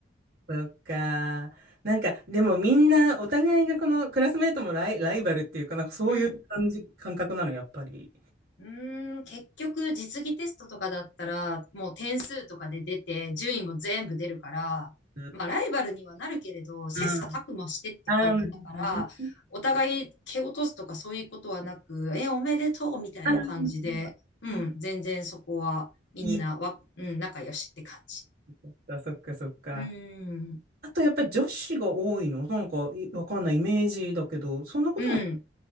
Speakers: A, on the right; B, on the left.
A: そっか。なんか、でもみんな、お互いがこのクラスメートもライ、ライバルっていうかなんかそういう感じ、
B: うん。
A: 感覚なの、やっぱり。
B: うーん、結局実技テストとかだったら、もう点数とかで出て、順位も全部出るから、
A: うん
B: まあライバルにはなるけれど、切磋琢磨してって感じだから、
A: うん。ああ、なるほどね
B: お互い蹴落とすとかそういうことはなく、え、おめでとうみたいな感じで、
A: あ
B: うん、
A: ー
B: 全然そこはみんなわ、
A: いい。
B: うん、仲良しって感じ。
A: そっか、そっか、そっか。
B: うーん、
A: あと、やっぱり女子が多いのなんか、いわかんないイメージだけど、そんなことも。
B: うん、